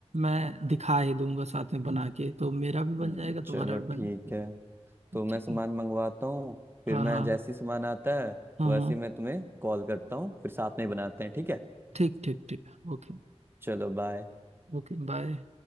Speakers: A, on the right; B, on the right.
A: मैं दिखा ही दूंगा साथ में बना के तो मेरा भी बन
B: हम्म,
A: जाएगा तुम्हारा
B: चलो
A: भी
B: ठीक
A: बन
B: है तो मैं
A: ठीक
B: सामान
A: है
B: मंगवाता हूँ फिर
A: हाँ
B: मैं
A: हाँ
B: जैसी सामान आता है
A: हाँ
B: वैसे
A: हाँ
B: ही मैं तुम्हें कॉल करता हूँ फिर साथ में ही बनाते हैं ठीक है
A: ठीक ठीक ठीक ओके
B: चलो बाय
A: Okay bye